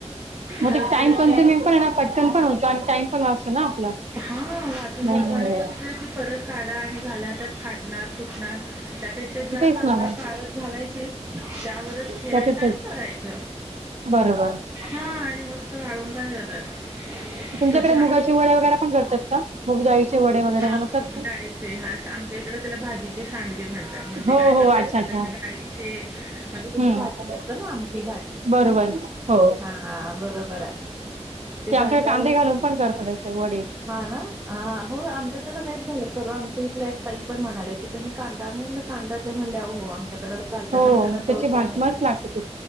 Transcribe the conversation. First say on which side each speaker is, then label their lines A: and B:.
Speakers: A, on the right; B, on the right.
A: मग
B: कसते
A: ते टाइम कन्झ्युमिंग
B: ते
A: पण आहे ना, पटकन पण होतो आणि टाइम पण वाचतो ना आपला.
B: हा वाचून
A: मेन
B: जातो
A: म्हणजे.
B: आणि कसते वाचून ती परत काढा आणि झाला <inaudible> त्या खाटणार फुटणार त्यापेक्षा ज्या
A: तेच
B: कागदा
A: ना मग
B: वाळत घालायचे त्यावरच ठेवायचं
A: त्याच्यातच
B: <unintelligible> आणि तळायच
A: बरोबर
B: ह आणि मस्त वाळून पण जातात
A: तुमच्याकडे
B: तस हा
A: मुगाचे वडे वगैरे पण करतात का? मुग डाळीचे वडे वगैरे बनवतात
B: <unintelligible> मूग
A: का?
B: डाळीचे हा आमच्या इकडे त्याला भाजीचे सांडगे म्हणतात म्हणजे
A: हो
B: काय करतात.
A: हो अच्छा
B: सगळे
A: अच्छा
B: डाळीचे म्हणजे त्याची
A: हम्म
B: भाजी जात ना आमठी भाजी
A: बरोबर हो
B: हा बरोबर आहे ते
A: आमच्याकडे
B: काय? काय?
A: कांदे घालून पण करतात त्याचे वडे
B: हा ना हा हो आमच्याकडे नाहीच परवा आम <unintelligible> पण म्हणा क त्यांनी कांदा <unintelligible> कां म्हणल्या हो आमच्याकडे आणि
A: हो
B: त्यांना चव
A: त्याची
B: छान
A: भाज
B: येते
A: मस्त लागते खूप